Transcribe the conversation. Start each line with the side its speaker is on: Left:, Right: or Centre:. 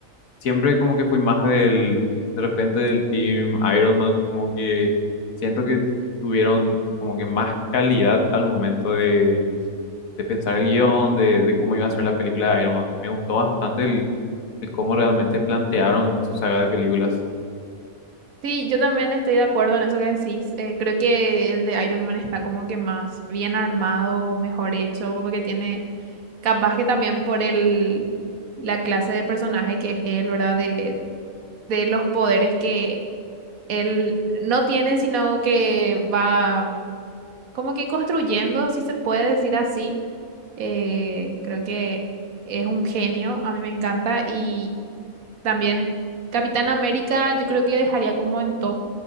Left: siempre como que fui más del, de repente del team Iron Man, como que siento que tuvieron como que más calidad al momento de, de pensar el guión, de, de cómo iba a ser la película de Iron Man. Me gustó bastante el, el cómo realmente plantearon su saga de películas.
Right: Sí, yo también estoy de acuerdo en eso que decís. Eh, creo que el de Iron Man está como que más bien armado, mejor hecho, como que tiene, capaz que también por el, la clase de personaje que es él, ¿verdad? De, de los poderes que él no tiene, sino que va como que construyendo, si se puede decir así Eh, creo que es un genio, a mí me encanta. Y también Capitán América, yo creo que dejaría como en top